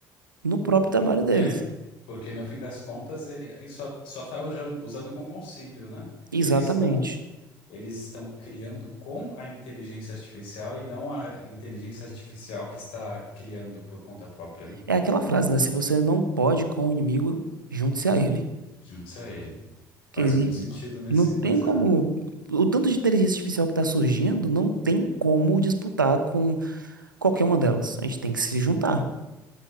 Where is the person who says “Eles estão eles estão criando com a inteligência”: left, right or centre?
Left